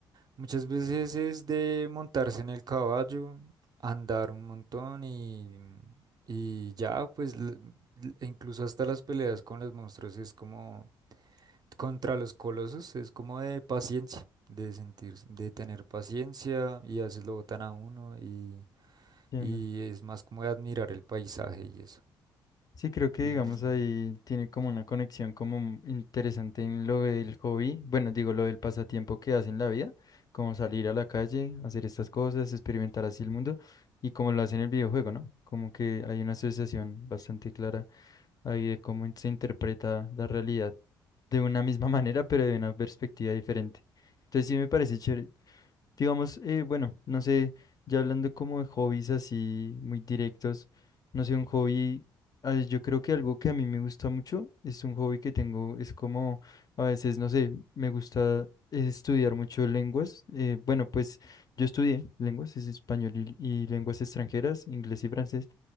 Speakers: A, on the right; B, on the left.
A: muchas veces es de montarse en el caballo, andar un montón y, y ya, pues l- l- e incluso hasta las peleas con los monstruos es como contra los colosos, es como de paciencia. de sentir, de tener paciencia y a veces lo botan a uno y,
B: Entiendo.
A: y es más como de admirar el paisaje y eso.
B: Sí, creo que
A: Y
B: digamos
A: mm,
B: ahí tiene como una conexión como m- interesante en lo del hobby, bueno, digo lo del pasatiempo que hace en la vida, como salir a la calle, hacer estas cosas, experimentar así el mundo y como lo hace en el videojuego, ¿no? Como que hay una asociación bastante clara. ahí de cómo se interpreta la realidad de una misma <laughs> manera, pero de una perspectiva diferente. Entonces sí me parece chévere. Digamos, eh, bueno, no sé, ya hablando como de hobbies así muy directos, no sé, un hobby, ah, yo creo que algo que a mí me gusta mucho es un hobby que tengo, es como a veces, no sé, me gusta eh, estudiar mucho lenguas. eh, bueno, pues yo estudié lenguas, es español y, y lenguas extranjeras, inglés y francés.